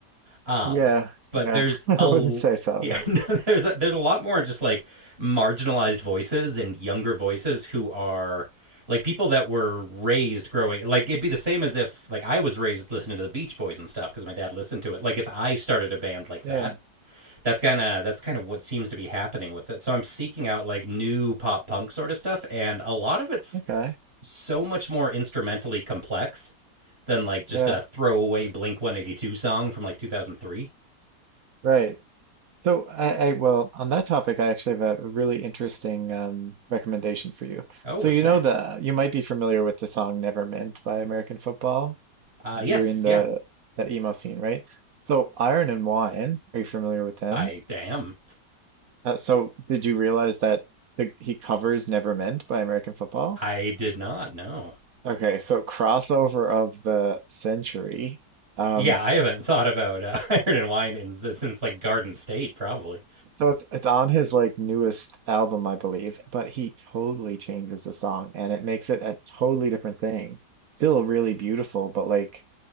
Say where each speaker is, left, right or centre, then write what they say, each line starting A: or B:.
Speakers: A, on the right; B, on the right.
A: Um,
B: Yeah.
A: but
B: Yeah.
A: there's
B: <laughs> I
A: a
B: wouldn't say so.
A: yeah,
B: No.
A: <laughs> no, there's a, there's a lot more just like marginalized voices and younger voices who are like people that were raised growing like it'd be the same as if like I was raised listening to the Beach Boys and stuff because my dad listened to it. Like if I started a band like
B: Yeah.
A: that, that's kind of that's kind of what seems to be happening with it. So I'm seeking out like new pop punk sort of stuff and a lot of it's
B: Okay.
A: so much more instrumentally complex than like just
B: Yeah.
A: a throwaway Blink 182 song from like 2003.
B: Right. So I, I well on that topic I actually have a really interesting um, recommendation for you.
A: Oh,
B: So
A: what's
B: you
A: that?
B: know the you might be familiar with the song Never Meant by American Football
A: Uh,
B: if
A: yes,
B: you're in
A: yeah,
B: the that emo scene, right? So Iron and Wine, are you familiar with them?
A: I am.
B: Uh, so did you realize that the, he covers Never Meant by American Football?
A: I did not know.
B: Okay, so crossover of the century. Um,
A: Yeah, I haven't thought about uh, <laughs> Iron and Wine in, since like Garden State, probably.
B: So it's it's on his like newest album, I believe, but he totally changes the song and it makes it a totally different thing. Still really beautiful, but like